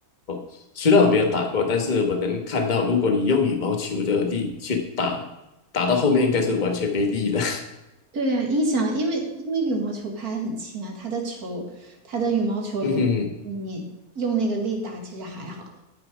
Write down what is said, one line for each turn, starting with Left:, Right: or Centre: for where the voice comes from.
Left: 哦，虽然我没有打过，但是我能看到，如果你用羽毛球的力去打，打到后面应该是完全没力了。
Right: 对呀、音响，因为因为羽毛球拍很轻啊，它的球，它的羽毛球也很，
Left: <laughs> 嗯哼，
Right: 你用那个力打其实还好，